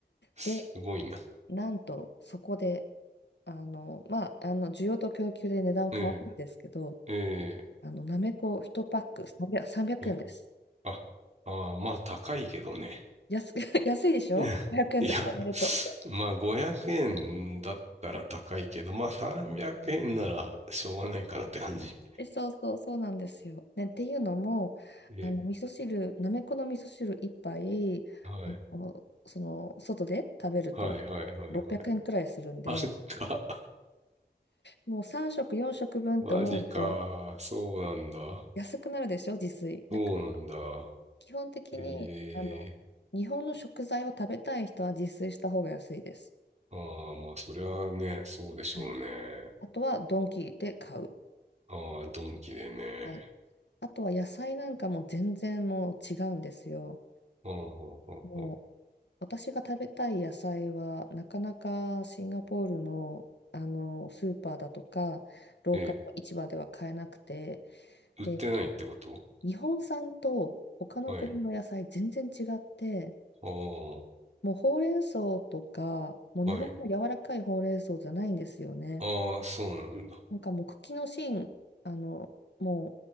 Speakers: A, on the right (about 40°); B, on the left (about 80°).
A: すごいな。
B: で、なんとそこで、あの、まあ、あの需要と供給で値段変わるんですけど、
A: ええ、え
B: あのなめこ1パック300、3円です。
A: え、えあ、あーまあ、高いけどね。
B: 安、<laughs> 安いでしょ
A: うんい
B: ?500 円と比べると。
A: や、まあ、500円だったら高いけど、まあ、300円ならしょうがないかなって感じ。
B: え、そうそう、そうなんですよ。ね、っていうのも、
A: ええ、
B: あの味噌汁、なめこの味噌汁一杯、
A: はい。
B: あのその外で食べると600円くえんくらいするんで、
A: はいはいはいはい。あった。
B: もう3食、4食分って思うと
A: マジか。そうなんだ。
B: 安くなるでしょ、自炊。だから
A: そうなんだ。
B: 基本的にあの日本の食材を食べたい人は自炊した方が安いです。
A: ええーああ、まあそりゃあね、そうでしょうね。
B: はい、あとはドンキで買う。
A: ああ、ドンキでね。
B: はい、あとは野菜なんかも全然もう違うんですよ。
A: ああ、はあはあは
B: もう私が食べたい野菜は、なかなかシンガポールの、あのスーパーだとか、ローカルの市場では買えなくて、
A: あえ、売ってないってこと
B: で、日本産と他の国の野菜全然違って、
A: はい。ああ、
B: もうほうれん草とか、もう日本の柔らかいほうれん草じゃないんですよね。
A: はい。ああ、そうなんだ。
B: なんかもう茎の芯、あの、も